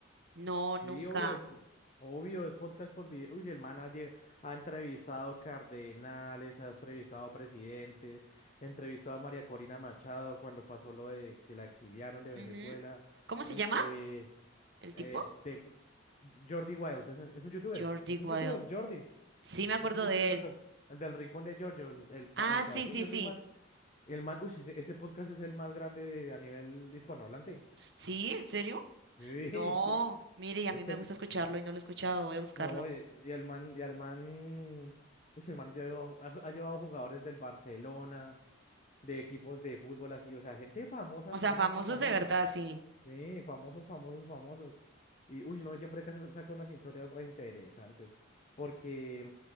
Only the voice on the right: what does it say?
No,
nunca.
Ujú. ¿Cómo se
llama
el
tipo?
Jordi
Wild.
Sí, me acuerdo
de
él.
Ah,
sí,
sí,
sí.
Sí, ¿en serio?
No,
mire, y a
mí
me
gusta escucharlo y no lo he escuchado, voy a buscarlo.
O sea,
famosos
de verdad, sí.